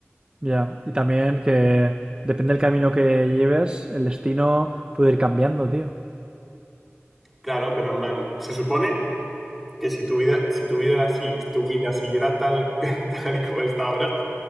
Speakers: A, on the right; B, in the centre.
A: Ya, y también que depende del camino que lleves, el destino puede ir cambiando, tío.
B: Claro, pero en plan, se supone que si tu vida, si tu vida, si tu vida siguiera tal, <laughs> tal y como está ahora,